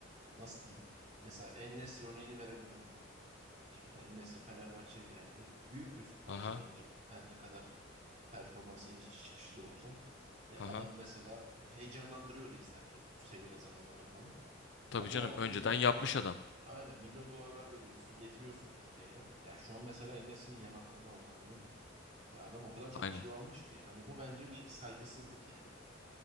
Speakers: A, on the right; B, on the left.
A: nasıl diyeyim? Mesela En-Nesyri örneğini verebilirim buna. Yani şimdi En-Nesyri Fenerbahçe'ye geldi. Büyük bir futbolcu
B: Aha,
A: bence. Her ne kadar performansı iniş çıkışlı da olsa. Ya
B: aha.
A: adam mesela heyecanlandırıyordu izlerken bu Sevilla zamanlarında falan.
B: Tabii
A: Ya bu
B: canım
A: adama
B: önceden
A: milyon
B: yapmış
A: para
B: adam.
A: aynen milyon dolarlar veriyorsun, getiriyorsun Türkiye'ye. Ya şu an mesela En-Nesyri'nin yanaklarına bak anladın mı? Ya adam o kadar çok
B: Aynen.
A: kilo almış ki. Hani bu bence bir saygısızlık yani.